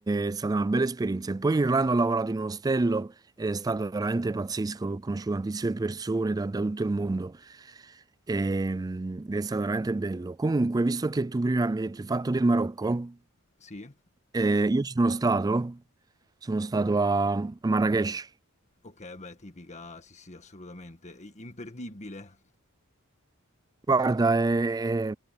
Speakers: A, on the right (about 15°); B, on the left (about 30°).
A: è stata una bella esperienza. E poi in Irlanda ho lavorato in un ostello ed è stato veramente pazzesco. Ho conosciuto tantissime persone da, da tutto il mondo Ehm, ed è stato veramente bello. Comunque, visto che tu prima mi hai detto il fatto del Marocco,
B: Sì?
A: eh, io ci sono stato, sono stato a a Marrakech.
B: Ok, beh, tipica, sì, sì, assolutamente. I- Imperdibile.
A: Guarda, è, è-